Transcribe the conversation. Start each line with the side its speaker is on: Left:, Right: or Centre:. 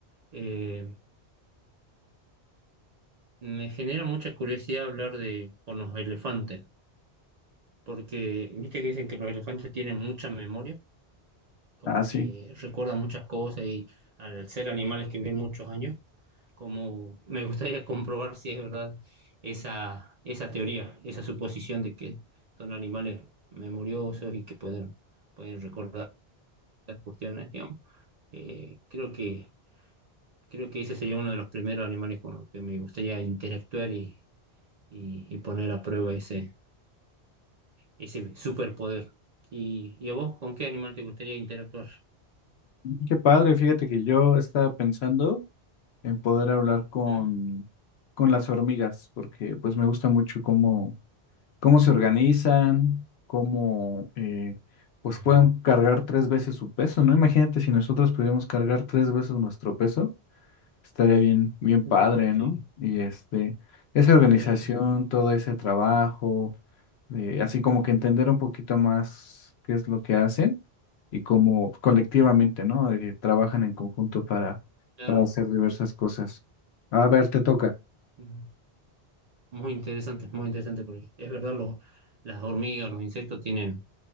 Right: eh, me genera mucha curiosidad hablar de con los elefantes, porque viste que dicen que los elefantes tienen mucha memoria, como
Left: Así.
Right: que recuerdan muchas cosas y al ser animales que viven muchos años, como me gustaría comprobar si es verdad esa, esa teoría, esa suposición de que son animales memoriosos y que pueden, pueden recordar estas cuestiones, digamos. Eh, creo que, creo que ese sería uno de los primeros animales con los que me gustaría interactuar y, y- y poner a prueba ese, ese superpoder. ¿Y, y a vos, con qué animal te gustaría interactuar?
Left: Qué padre, fíjate que yo estaba pensando. en poder hablar con,
Right: ¿Mm?
Left: con las hormigas, porque pues me gusta mucho cómo, cómo se organizan, cómo eh, pues
Right: Ah,
Left: pueden cargar tres veces su peso, ¿no? Imagínate si nosotros pudiéramos cargar tres veces nuestro peso, estaría bien, bien
Right: mm,
Left: padre,
Right: Sí,
Left: ¿no? Y este, esa organización,
Right: claro,
Left: todo ese trabajo, eh, así como que entender un poquito más qué es lo que hacen y cómo colectivamente, ¿no? Eh, trabajan en conjunto para,
Right: claro.
Left: para hacer diversas cosas. A ver, te toca.
Right: Ujú. Muy interesante, muy interesante, porque es verdad, los, las hormigas, los insectos tienen